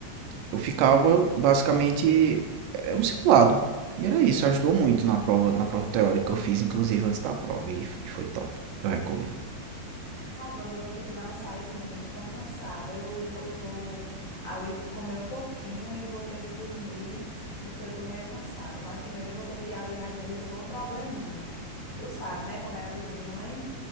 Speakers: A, on the right; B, on the left.
A: Eu ficava
B: muito bom mesmo.
A: basicamente é um simulado. E era isso, ajudou muito na prova, na prova teórica que eu fiz, inclusive antes da prova, e, f- e foi top. Eu recomendo.
B: Álvaro, eu vou ter que dar uma saidinha. Eu tô tão cansada. Eu vou, vou ali comer um pouquinho e vou ter que dormir, porque eu tô meio cansada. Mas primeiro eu vou ter que ir ali ainda resolver um probleminha. Tu sabe, né? Como é a vida de mãe.